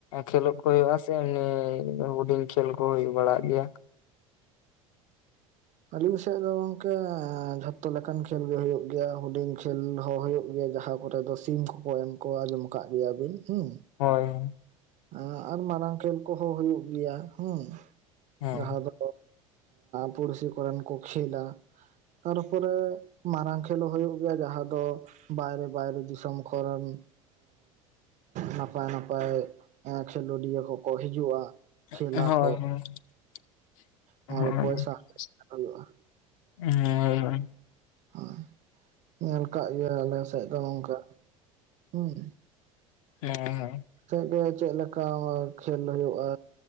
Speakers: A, on the left; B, on the right.
A: ᱠᱷᱮᱞᱳᱰ ᱠᱚ ᱦᱩᱭᱩᱜ-ᱟ ᱥᱮ ᱮᱢᱱᱤᱤ ᱦᱩᱰᱤᱧ ᱠᱷᱮᱞ ᱠᱚ ᱦᱩᱭᱩᱜ ᱵᱟᱲᱟᱜ ᱜᱮᱭᱟ
B: ᱟᱹᱞᱤᱧ ᱥᱮᱫ ᱫᱚ ᱜᱚᱝᱠᱮᱮ ᱡᱷᱚᱛᱚ ᱞᱮᱠᱟᱱ ᱠᱷᱮᱞ ᱜᱮ ᱦᱳᱭᱩᱜ ᱜᱮᱭᱟ ᱦᱩᱰᱤᱧ ᱠᱷᱮᱞ ᱦᱚᱸ ᱦᱳᱭᱩᱜ ᱜᱮᱭᱟ ᱡᱟᱦᱟᱸ ᱠᱚ ᱠᱚᱨᱮ ᱫᱚ ᱥᱤᱢ ᱠᱚᱠᱚ ᱮᱢ ᱠᱚᱣᱟ ᱟᱸᱡᱚᱢ ᱟᱠᱟᱫ ᱜᱮᱭᱟ ᱵᱤᱱ ᱦᱚᱸ
A: ᱦᱳᱭ
B: ᱦᱸ ᱟᱨ ᱢᱟᱨᱟᱝ ᱠᱷᱮᱞ ᱠᱚᱦᱚᱸ ᱦᱩᱭᱩᱜ ᱜᱮᱭᱟ ᱦᱮᱸ
A: ᱦᱮᱸ
B: ᱡᱟᱦᱟᱸ ᱫᱚ ᱯᱲᱥᱤ ᱠᱚᱨᱚᱱ ᱠᱚ ᱠᱷᱟᱹᱞᱭᱟ ᱛᱟᱨᱯᱚᱨᱮ ᱢᱟᱨᱟᱝ ᱠᱷᱮᱞᱳ ᱦᱩᱭᱩᱜ ᱜᱮᱭᱟ ᱡᱟᱦᱟᱸ ᱫᱚ ᱵᱟᱭᱨᱮ ᱵᱟᱭᱨᱮ ᱫᱤᱥᱚᱢ ᱠᱚᱨᱮᱱ ᱱᱟᱯᱟᱭ ᱱᱟᱯᱟᱭ ᱠᱷᱮᱞᱳᱰᱤᱭᱟᱹ ᱠᱚᱠᱚ ᱦᱤᱡᱩᱜᱼᱟ
A: ᱦᱳᱭ
B: ᱠᱷᱮᱞᱟ ᱠᱚ
A: ᱦᱳᱭ ᱦᱳᱭ
B: ᱱᱚᱣᱟ ᱫᱚ ᱯᱚᱭᱥᱟ
A: <unintelligible>
B: ᱦᱩᱭᱩᱜᱼᱟ
A: ᱦᱳᱭ <unintelligible>
B: ᱦᱸ ᱧᱮᱞ ᱠᱟᱜ ᱜᱮᱭᱟ ᱟᱞᱮ ᱥᱮᱫ ᱫᱚ ᱱᱚᱝᱠᱟ ᱦᱩᱸ
A: ᱦᱮᱸ <unintelligible>
B: ᱥᱮᱫ ᱜᱮ ᱪᱮᱫ ᱞᱮᱠᱟ ᱠᱷᱮᱞ ᱦᱩᱭᱩᱜᱼᱟ